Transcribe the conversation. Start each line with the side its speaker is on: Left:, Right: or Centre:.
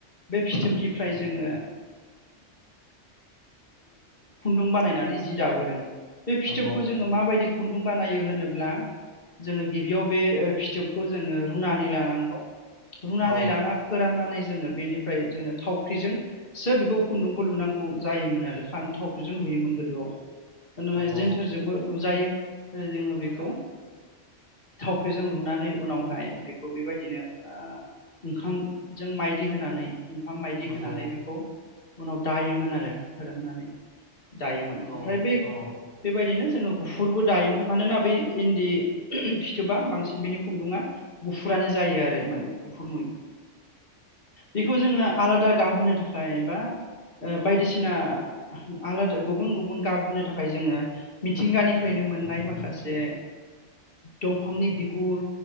Left: बे फिथोबनिफ्राय जोङो। खुन्दुं बानायनानै जि दाबोदों। बे फिथोबखौ
Right: नंगौ
Left: जोङो माबायदि खुन्दुं बानायो होनोब्ला जोङो गिबियाव बे फिथोबखौ। जोङो रुनानै लानांगौ रुनानै
Right: औ
Left: लाना फोराननानै जोङो बेनिफ्राय जोङो। थावख्रिजोंसो बेखौ खुन्दुंखौ लुनांगौ जायोमोन आरो थावख्रिजों लुयोमोन गोदोआव।
Right: नंगौ
Left: जेेनथोरजोंबो लुजायो जोङो बेखौ थावख्रिजों लुनानै उनाव बेहाय बेखौ बेबायदिनो ओंखामजों माइदि होनानै। ओंखाम बायदि
Right: नंगौ
Left: होनानै बेखौ उनाव दायोमोन आरो फोराननानै। दायोमोन
Right: औ
Left: ओमफ्राय ब
Right: औ
Left: बेबायदिनो जोङो गुफुरबो। दायोमोन मानोना बै इन्दि फिथोबा बांसिन बिनि खुन्दुङा गुफुरानो जायो आरो माने गुफुर नुयै बेखौ जोङो आलादा। गाबहोनो थाखाय बा बायदिसिना आलादा गुबुन गुबुन गाब होनो थाखाय जोङो मिथिंगानिफ्रायनो। मोननाय माखासे दंफांनि बिगुर।